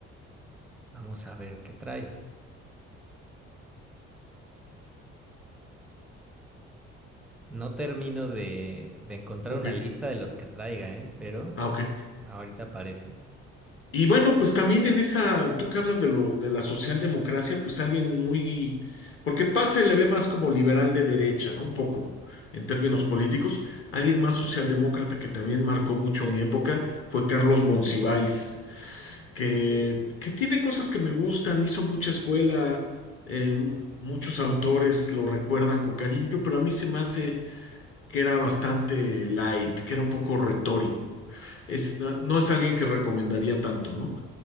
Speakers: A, in the centre; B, on the left (about 40°).
A: vamos a ver qué trae. No termino de, de encontrar
B: Ok,
A: una lista de los que traiga, ¿eh? Pero
B: ah, ok.
A: ahorita aparecen.
B: Y bueno, pues también en esa, tú que hablas de lo de la socialdemocracia, pues alguien muy, porque Paz se le ve más como liberal de derecha, ¿no? Un poco, en términos políticos. Alguien más socialdemócrata que también marcó mucho
A: Ok,
B: mi época fue Carlos Monsiváis, que, que tiene cosas que me gustan, hizo mucha escuela, eh, muchos autores lo recuerdan con cariño, pero a mí se me hace que era bastante light, que era un poco retórico. Es, no, no es alguien que recomendaría tanto, ¿no?